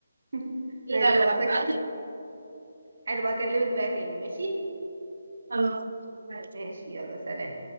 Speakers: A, on the right (about 55°); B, on the right (about 80°).
A: <laughs>
B: لا
A: ماشي خلاص
B: لا
A: أكد.
B: بعد بعض
A: حلو هكلمك بقى تاني ماشي
B: خلاص ماشي.
A: ماشي يلا سلام